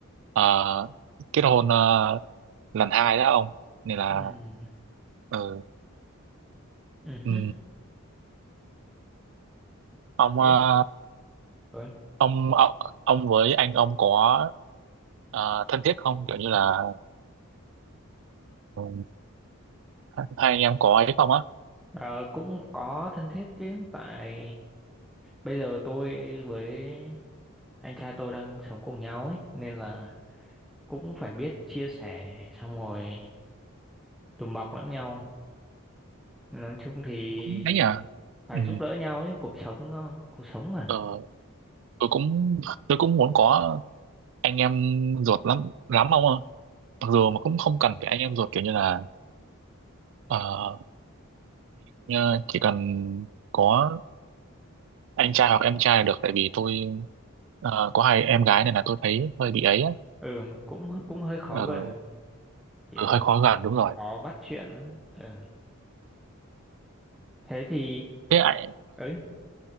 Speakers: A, on the right (about 60°); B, in the centre.
A: ờ, kết hôn ờ, lần hai đó ông nên là
B: ừ
A: ừ.
B: ừ
A: ừ.
B: hứ,
A: ông
B: thế
A: ờ,
B: rồi
A: ông ông ông với anh ông có ờ, thân thiết không kiểu như là ừ, hai hai anh em có ấy không á
B: Ờ, cũng có thân thiết chứ tại bây giờ tôi với anh trai tôi đang sống cùng nhau ấy nên là cũng phải biết chia sẻ xong rồi đùm bọc lẫn nhau nói chung thì
A: cũng ấy nhỉ
B: phải
A: ừ.
B: giúp đỡ nhau ấy cuộc sống nó cuộc sống mà
A: ờ, tôi cũng tôi cũng muốn có anh em ruột lắm lắm ông ạ mặc dù mà cũng không cần phải anh em ruột kiểu như là ờ, như chỉ cần có anh trai hoặc em trai là được tại vì tôi ờ, có hai em gái này là tôi thấy hơi bị
B: Ờ,
A: ấy á.
B: ừ cũng cũng hơi khó
A: Ờ,
B: gần kiểu
A: hơi khó gần đúng rồi
B: khó bắt chuyện á. ừ. thế thì
A: thế ạ
B: ấy